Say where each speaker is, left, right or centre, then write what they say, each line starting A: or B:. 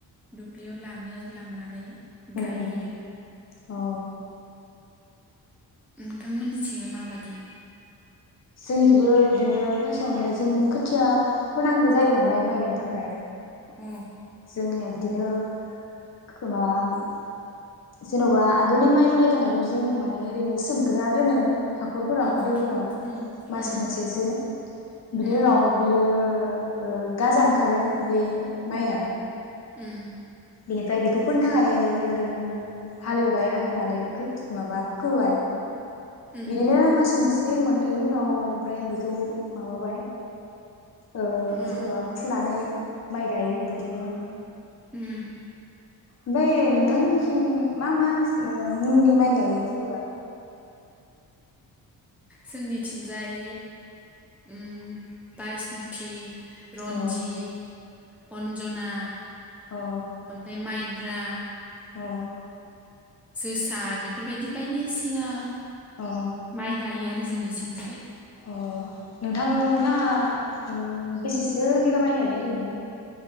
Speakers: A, in the centre; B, on the left.
A: दुब्लियाव लाङो लांनानै
B: उम
A: गायहैयो।
B: अ।
A: नोंथांमोननिथिंलाय माबादि?
B: जोंनिखैबो बिदिनो फार्स्टावनो जों खोथिया फोनांगो जायो नालाय माइ गायनो थाखाय।
A: अ
B: जोंनिया बि दिनो <unintelligible> जेन'बा आगोलनि माइ बोराय थानायखौ जों माने ओरैनो सोमग्रोना दोनो। हाखरफोराव
A: उम
B: दैफोराव
A: उम
B: मास
A: उम
B: मोनसेसो बिनि
A: उम
B: उनाव बियो ओ ओ गाजा ओंखारो बे माइया
A: उम।
B: बिनिफ्राय बेखौ फोनो थाखाय ओरैनो हालेवबाय हालेवनानै खोथ माबा फोबाय।
A: उम
B: बिदिनो मास मोनस से मोननैनि उनाव ओमफ्राय बेखौ माबाबाय ओ
A: अ
B: जेनेबा फुनानै माइ गायो। बिदिनो
A: उम।
B: ओमफाय नोंथांमोननिथिं मा मा मुंनि माइ गायो जेनेबा?
A: जोंनिथिंजाय उम बायसमुथि। रन्जित,
B: अ
A: अन्जना
B: अ
A: ओमफाय माइब्रा।
B: अ
A: जोसा बेफोरबाय बायदि। दिसिना
B: अ
A: माइ गायो आरो जोंनिथिंजाय।
B: अ नोंथां लाङा उम बेसेसो बिगा माइ गायो ओरैनो?